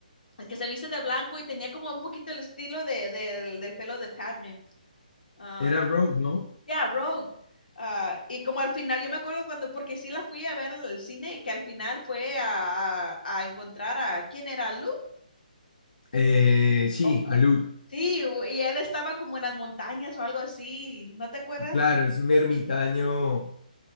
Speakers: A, on the left; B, on the left.
A: la que se viste de blanco y tenía como un poquito el estilo de, del del pelo de Padme. Ah,
B: Era Rogue, ¿no?
A: yeah, Rogue. Ah, y como al final, yo me acuerdo cuando, porque sí la fui a ver al cine, y que al final fue a, a- a encontrar a, ¿quién era? ¿Luke?
B: Eh, sí,
A: ¿O
B: Aluk.
A: quién? Sí, u- y él estaba como en las montañas o algo así, ¿no te acuerdas?
B: Claro, es un ermitaño